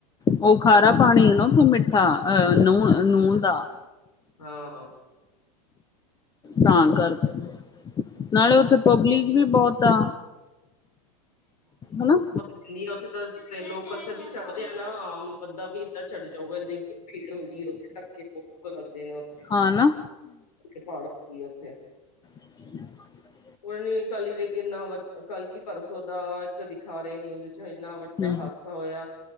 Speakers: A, on the left; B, on the left.
A: ਉਹ ਖਾਰਾ ਪਾਣੀ ਏ ਨਾ ਉਥੇ ਮਿੱਠਾ, ਅਹ ਨੁਹ ਨੂੰਅ ਦਾ।
B: ਹਾਂ।
A: ਤਾਂ ਕਰਕੇ ਨਾਲੇ ਉਥੇ ਪਬਲਿਕ ਵੀ ਬਹੁਤ ਆ, ਹਨਾਂ?
B: ਨ੍ਹੀਂ ਓਥੇ ਤਾਂ ਲੋਕਲ ਚ ਵੀ ਚੜਦੇ ਆ ਨਾ ਆਮ ਬੰਦਾ ਵੀ ਏਦਾ ਚੜ ਜਾਊਗਾ ਨਈ ਤੇ। ਭੀੜ ਹੁੰਦੀ ਐ ਓਥੇ, ਧੱਕੇ ਬੋਤ ਲਗਦੇ ਨੇ ਓਥੇ, ਜਿਥੇ
A: ਹਾਂ ਨਾ
B: ਪਾੜ ਹੁੰਦੇ ਓਥੇ
A: <inaudible>
B: ਹੁਣ ਵੀ ਕਲੀ ਦੇ ਇਨਾਂ ਕਲ ਕੀ ਪਰਸੋਂ ਦਾ ਇਕ ਦਿਖਾ ਰਏ ਨਿਊਜ਼ ਇਨਾਂ ਵਡਾ
A: ਹੂੰ
B: ਹਾਦਸਾ ਹੋਇਆ,